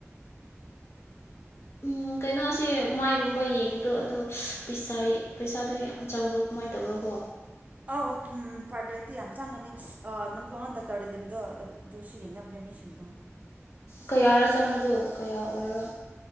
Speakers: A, on the left; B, on the right.
A: ꯎꯝ ꯀꯩꯅꯣꯁꯦ ꯃꯥꯏꯒꯨꯝꯕ ꯌꯦꯡꯕꯗꯣ ꯑꯗꯨꯗꯣ ꯄꯩꯁ ꯄꯩꯁꯥꯗꯣ ꯌꯥꯝ ꯆꯪꯕ꯭ꯔꯣ ꯀꯃꯥꯏꯅ ꯇꯧꯕꯔꯣ ꯀꯣ
B: ꯑꯧ ꯄ꯭ꯔꯥꯏꯚꯦꯠꯇꯤ ꯌꯥꯝ ꯆꯪꯒꯅꯤ ꯅꯝꯗꯨꯅ ꯗꯥꯛꯇꯔꯗ ꯂꯤꯝꯗꯣ ꯑꯗꯨ ꯑꯗꯨꯁꯨ ꯌꯦꯡꯅꯕꯅꯦ ꯃꯤꯁꯤꯡꯗꯣ
A: ꯀꯌꯥꯔꯣ ꯆꯪꯉꯣꯗꯣ ꯀꯌꯥ ꯑꯣꯏꯔꯣ